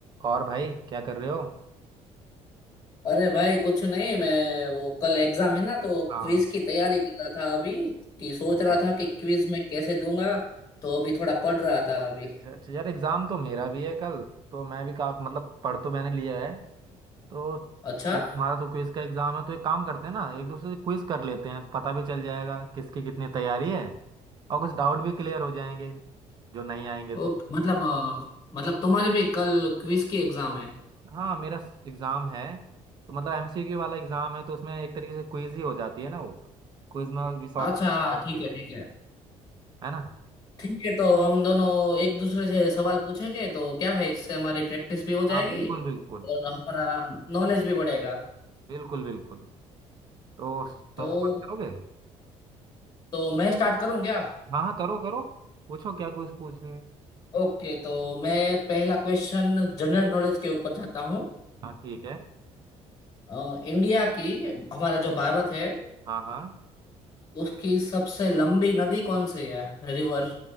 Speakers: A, on the right; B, on the left.
A: और भाई क्या कर रहे हो
B: अरे भाई कुछ नहीं मैं वो कल एग्जाम है ना तो
A: हाँ
B: क्विज की तैयारी कर रहा था अभी कि सोच
A: हाँ
B: रहा था कि क्विज में कैसे दूंगा तो अभी थोड़ा पढ़ रहा था अभी
A: अच्छा अच्छा यार एग्जाम तो मेरा भी है कल तो मैं भी का मतलब पढ़ तो मैंने लिया है तो
B: अच्छा
A: यार तुम्हारा तो क्विज का एग्जाम है तो एक काम करते हैं ना एक दूसरे से क्विज कर लेते हैं पता भी चल जाएगा किसकी कितनी तैयारी है और कुछ डाउट भी क्लियर हो जाएंगे जो नहीं आएंगे
B: ओ
A: तो
B: मतलब अ, मतलब तुम्हारी भी कल क्विज की एग्जाम है
A: हाँ मेरा एग्जाम है तो मतलब एमसीक्यू वाला एग्जाम है तो उसमें एक तरीके से क्विज ही हो जाती है ना वो क्विज में भी शॉर्ट
B: अच्छा हाँ,
A: करके
B: ठीक है ठीक है
A: है ना
B: ठीक है तो हम दोनों एक दूसरे से सवाल पूछेंगे तो क्या है इससे हमारी प्रैक्टिस भी हो जाएगी
A: हाँ बिल्कुल बिल्कुल
B: और हमारा नॉलेज भी बढ़ेगा
A: बिल्कुल बिल्कुल तो तुम
B: तो
A: स्टार्ट करोगे
B: तो मैं स्टार्ट करूं क्या
A: हाँ हाँ करो करो पूछो क्या कुछ पूछने है
B: ओके तो मैं पहला क्वेश्चन जनरल नॉलेज के ऊपर जाता हूँ
A: हाँ ठीक है
B: अ, इंडिया की हमारा जो भारत है
A: हाँ हाँ
B: उसकी सबसे लंबी नदी कौन सी है रिवर